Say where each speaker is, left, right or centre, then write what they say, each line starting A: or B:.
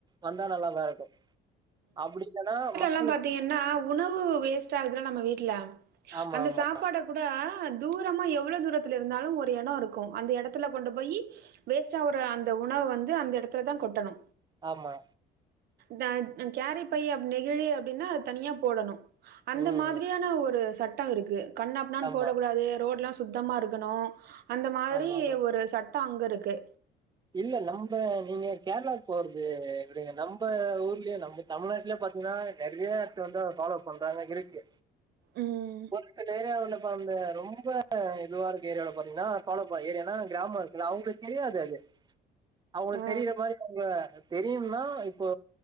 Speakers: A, on the right; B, on the right.
A: வந்தா நல்லலா இருக்கும் அப்டிஇல்லான மக்
B: அப்ரம் பாத்திகனா உணவு வேஸ்ட் ஆகுதுல நம்ம வீட்டுல
A: ஆமா
B: அந்த
A: ஆமா
B: சாப்பாட கூட தூரமா எவ்வளவு தூரத்துல இருந்தாலு ஒரு எடோ இருக்கோ அந்த எடதுல கொண்டு போயி வேஸ்டாவற அந்த உணவு வந்து அந்த இடதலதா கொட்டனு
A: ஆமா
B: தட் கேரி பை அப் நெகிழி அப்டினா தனியா போடனு அந்த
A: ம்
B: மாதிரியான ஒரு சட்டோ இருக்கு கண்ண பின்னானு
A: ஆமா
B: போடகூடாது ரோடுல சு சுத்தமா இருகனு அந்த மாரி
A: ஆமா ஆமா
B: ஒரு சட்டோ அங்கு இருக்கு
A: இல்ல நம்ப நீங்க கேரளாகு போறது இபடி நம்ப ஊர்லியே நமக் தமிழ்நாட்ல பாத்தீங்ன்னா நெறய இத்து வந்து அத ஃபாலோ பண்றாங்க இருக்கு
B: ம்
A: ஒரு சில ஏரியாவ உள்ள பாம்ப ரொம்ப இதுவா இருக்கு ஏரியாவுல பாத்தீங்ன்னா ஃபாலோபாய் ஏரியானா கிராம இருக்குல அவ்ங்ளுக் தெரியாது அது அவ்ங்ளுக்கு
B: ஆ
A: தெரிற மாரி அவ்ங்க தெரியும்னா இப்போ